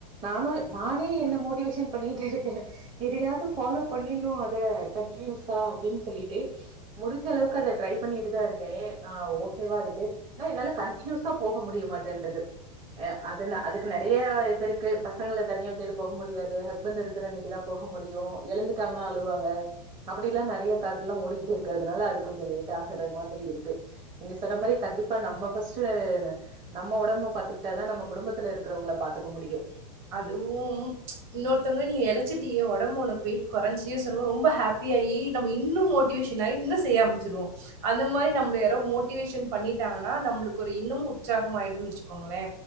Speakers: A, on the right; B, on the right.
A: நானு நானே என்ன மோட்டிவேஷன் பண்ணிட்டுருக்கே எதயாது ஃபாலோ பண்ணின்னு அத கன்டினியூஸா அப்டின் சொல்லிட்டு முடிஞ்ச அளவுக்கு அத ட்ரை பண்ணிட்டு தா இருக்கே நா ஓகேவா இருக்கு ஆனா என்னால கன்டினியூஸா போக முடிய மாட்டேன்றது எ அதுன அதுக்கு நெறைய இது இருக்கு பசங்கள தனியா விட்டுட்டு போக முடியாது ஹஸ்பண்ட் இருக்குற அன்னைக்குதா போக முடியு எழுந்துட்டாங்கனா அழுவாங்க அப்டில்லா நறைய தாட்லா ஓடிகிட்டு இருக்கறதுனால அது கொஞ்சொ லேட் ஆகுற மாதிரி இருக்கு நீங்க சொன்ன மாரி கண்டிப்பா நம்ம ஃபஸ்ட்டு நம்ம ஒடம்ப பாத்து கிட்டாதா நம்ம குடும்பத்துல இருக்கிறவுங்கள பாத்துக்க முடியு
B: அதுவும் இன்னொருத்தங்க நீ எளச்சிட்டியே ஒடம்பு ஒனக்கு வெயிட் கொறஞ்சியே சொல்லும்போ ரொம்ப ஹாப்பியாயி நம்ம இன்னு மோட்டிவேஷன் ஆயி இன்னு செய்ய ஆரம்மிச்சுருவோ அந்த மாரி நம்ள யாரோ மோட்டிவேஷன் பண்ணிட்டாங்கனா நம்ளுக்கு ஒரு இன்னும் உற்சாகமாயிடுன் வச்சுக்கோங்ளே